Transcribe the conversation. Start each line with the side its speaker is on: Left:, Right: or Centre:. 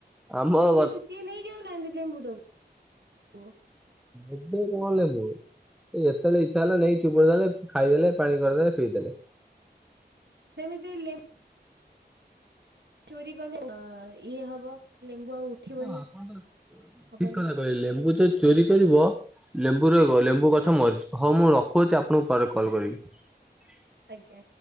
Centre: ଆମ
Right: ସିଏ
Centre: ଗ
Right: ତ ସିଏ ନେଇ ଯାଉନାହାନ୍ତି ଲେମ୍ବୁ ଟା କୁ
Centre: ଏତେ କଣ ଲେମ୍ବୁ? ଯେତେବେଳେ ଇଚ୍ଛା ହେଲା ନେଇ ଚିପୁଡି ଦେଲେ ଖାଇଦେଲେ ପାଣି କରିଦେଲେ ପିଇଦେଲେ।
Right: ସେମିତି ଲେମ୍ ଚୋରି କଲେ ଇଏ ହବ ଲେମ୍ବୁ ଆଉ ଉଠିବନି
Centre: ହଁ ଆପଣ ତ
Right: ହବନି।
Centre: ଠିକ କଥା କହିଲେ ଲେମ୍ବୁ ଚୋରି ଚୋରି କରିବ ଲେମ୍ବୁ ର ଲେମ୍ବୁ ଗଛ ମରିଯିବ ହଁ ମୁଁ ରଖୁଛି ଆପଣଙ୍କୁ ପରେ କଲ୍ କଲ୍ କରିବି।
Right: ଆଜ୍ଞା।